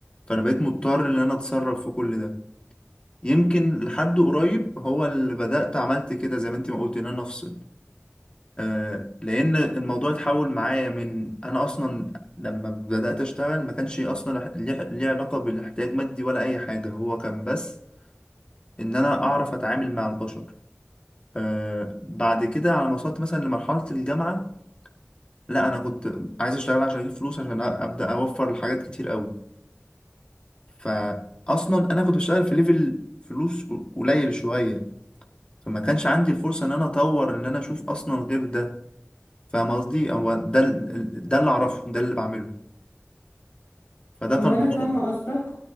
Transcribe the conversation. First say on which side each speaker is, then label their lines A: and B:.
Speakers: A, on the left; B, on the left.
A: فانا بقيت مضطر ان انا اتصرف في كل ده يمكن لحد قريب هو اللي بدأت عملت كده زي ما انت ما قلت ان انا افصل آه، لان الموضوع اتحول معايا من انا اصلا لما بدات اشتغل ما كانش اصلا ليه ليه علاقه بالاحتياج مادي ولا اي حاجه هو كان بس ان انا اعرف اتعامل مع البشر آه، بعد كده على ما وصلت مثلا لمرحله الجامعه لا انا كنت عايز اشتغل عشان اجيب فلوس عشان أ- ابدا اوفر لحاجات كتير قوي فاصلا انا كنت بشتغل في ليفل فلوس ق- قليل شويه فما كانش عندي الفرصه ان انا اطور ان انا اشوف اصلا غير ده فاهم قصدي هو ده ال- ده اللي اعرفه ده اللي بعمله فده
B: هو
A: كان
B: انا
A: غلط
B: فاهمة قصدك